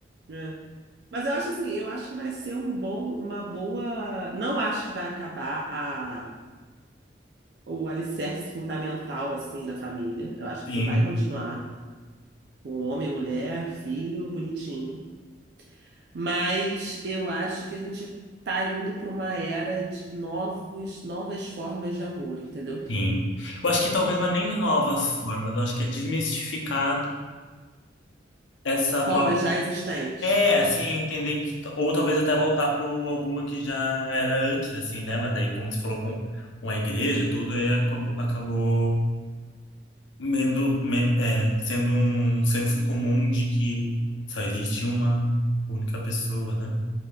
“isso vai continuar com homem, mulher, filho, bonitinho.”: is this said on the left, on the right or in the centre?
Right